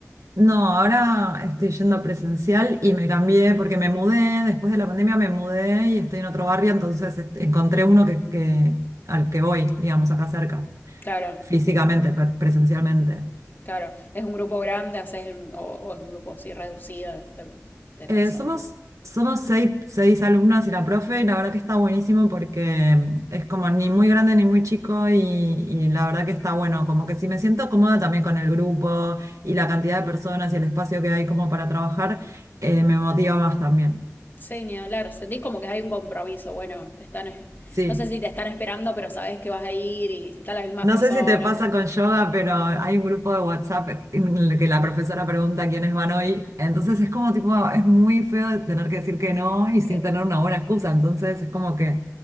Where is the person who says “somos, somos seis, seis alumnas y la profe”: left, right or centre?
Right